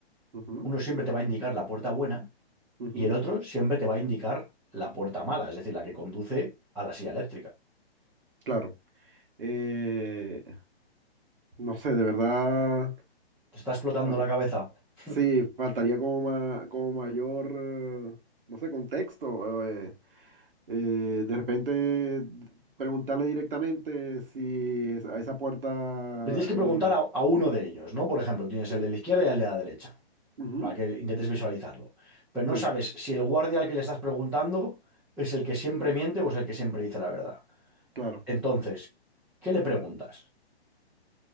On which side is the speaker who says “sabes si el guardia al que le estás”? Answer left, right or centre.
Centre